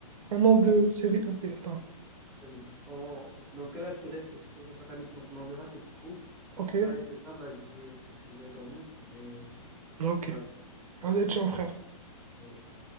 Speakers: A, on the right; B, in the centre.
A: Un nom
B: Ok,
A: de série. Ok, attends.
B: vas-y. On- Dans ce cas-là, je te laisse, ça, ça- ça sera ta mission. Tu m'enverras ce que tu trouves.
A: Ok.
B: Là, il se fait tard, là, il faut que j'aille, faut que j'aille dormir. Mais
A: Ok.
B: voilà.
A: Allez, ciao, frère.
B: Ciao.